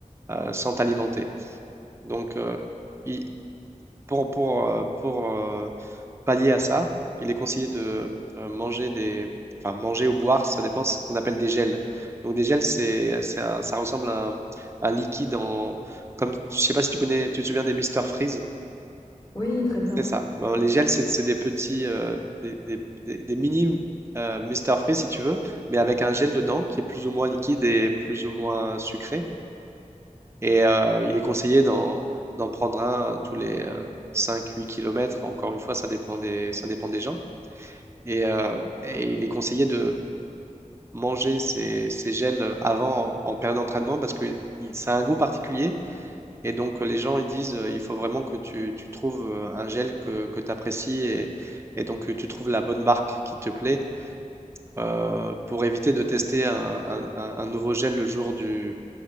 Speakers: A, on the right; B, on the left.
A: euh, sans t'alimenter. Donc euh, il- pour pour euh, pour euh, pallier à ça, il est conseillé de euh, manger des, enfin manger ou boire, ça dépend ce qu'on appelle des gels. Donc des gels, c'est, c'est un- ça ressemble à un, un liquide en, comme, je sais pas si tu connais, tu te souviens des Mister Freeze?
B: Oui, très bien.
A: C'est ça. Bon, les gels, c'est c'est des petits, euh, des, des- des- des mini euh, Mr Freeze si tu veux, mais avec un gel dedans qui est plus ou moins liquide et plus ou moins sucré. Et euh, il est conseillé d'en d'en prendre un tous les euh, cinq, huit kilomètres. Encore une fois, ça dépend des, ça dépend des gens. Et, euh, et il est conseillé de manger ces, ces gels avant en, période d'entraînement parce que il- ça a un goût particulier. Et donc, euh, les gens, ils disent, euh, il faut vraiment que tu, tu trouves euh, un gel que, que tu apprécies et, et donc que tu trouves la bonne marque qui te plaît euh, pour éviter de tester un, un- un- un nouveau gel le jour du,